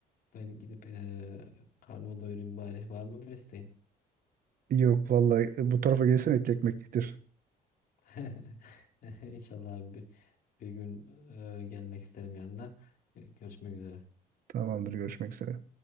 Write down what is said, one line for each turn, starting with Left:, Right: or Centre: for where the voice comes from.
Left: Ben gidip e, karnımı doyurayım bari. Var mı bir isteğin?
Right: Yok vallahi bu tarafa gelsen etli ekmek getir.
Left: <laughs> İnşallah abi bir, bir gün e, gelmek isterim yanına. Görüşmek üzere.
Right: Tamamdır görüşmek üzere.